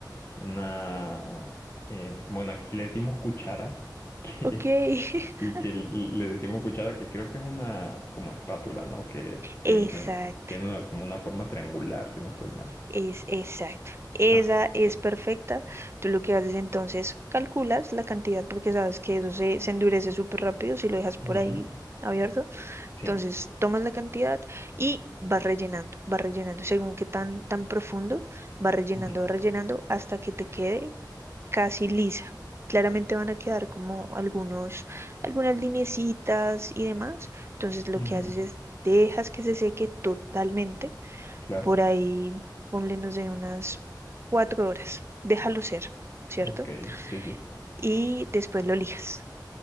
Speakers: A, on the left; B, on the right.
A: una, eh, bueno, aquí le decimos cuchara, <laughs> que
B: ok. <laughs>
A: sí que le le decimos cuchara, que creo que es una como espátula, ¿no? Que tiene,
B: Exacto.
A: tiene una- como una forma triangular, si no estoy mal.
B: Es exacto. Esa
A: Ah, ok.
B: es perfecta. Tú lo que haces entonces, calculas la cantidad porque sabes que eso se, se endurece súper rápido si lo dejas
A: Ujú,
B: por ahí abierto.
A: Sí.
B: Entonces, tomas la cantidad y vas rellenando, vas rellenando. Según qué tan, tan profundo, vas rellenando,
A: Ujú,
B: vas rellenando hasta que te quede casi lisa. Claramente van a quedar como algunos, algunas lineecitas y demás. Entonces, lo
A: ujú,
B: que haces es dejas que se seque totalmente
A: claro.
B: por ahí, ponle, no sé, unas cuatro horas. Déjalo ser, ¿cierto?
A: Ok, sí, sí.
B: Y después lo lijas.